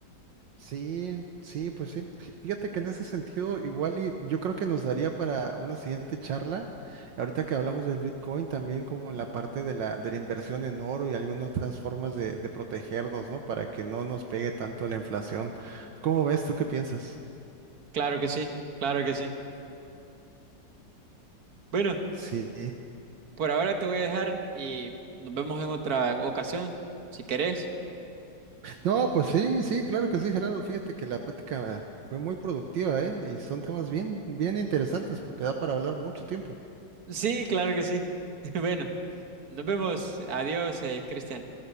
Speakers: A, on the right; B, on the right.
A: Sí, sí, pues sí. Fíjate que en ese sentido, igual y yo creo que nos daría para una siguiente charla. Ahorita que hablamos del Bitcoin, también como en la parte de la, de la inversión en oro y algunas otras formas de, de protegernos, ¿no? Para que no nos pegue tanto la inflación. ¿Cómo ves? ¿Tú qué piensas?
B: Claro que sí, claro que sí. Bueno,
A: Sí.
B: por ahora te voy a dejar y nos vemos en otra ocasión, si querés.
A: No, pues sí, sí, claro que sí, Gerardo. Fíjate que la plática fue muy productiva, ¿eh? Y son temas bien, bien interesantes porque da para hablar mucho tiempo.
B: Sí, claro que sí. <laughs> Bueno, nos vemos. Adiós, eh, Cristian.